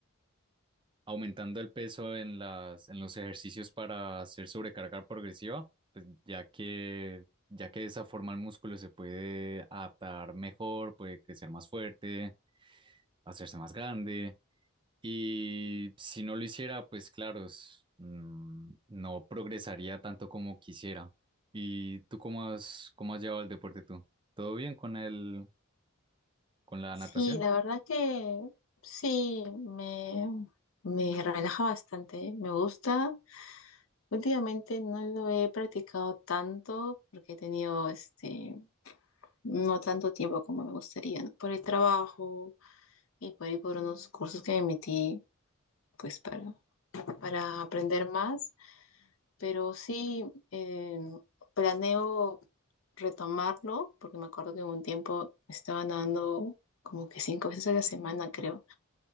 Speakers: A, on the right (about 20°); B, on the left (about 65°).
A: aumentando el peso en las, en los ejercicios para hacer sobrecarga progresiva, pues, ya que, ya que de esa forma el músculo se puede adaptar mejor, puede crecer más fuerte, hacerse más grande. Y si no lo hiciera, pues claro, s- mm, no progresaría tanto como quisiera. ¿Y tú cómo has, cómo has llevado el deporte tú? ¿Todo bien con el, con la
B: Sí,
A: natación?
B: la verdad que sí, me, me relaja bastante, ¿eh? me gusta. Últimamente no lo he practicado tanto porque he tenido este, no tanto tiempo como me gustaría, ¿no? Por el trabajo y por ir por unos cursos que me metí, pues para, para aprender más. Pero sí, eh, planeo retomarlo, porque me acuerdo que un tiempo estaba dando como que cinco veces a la semana, creo.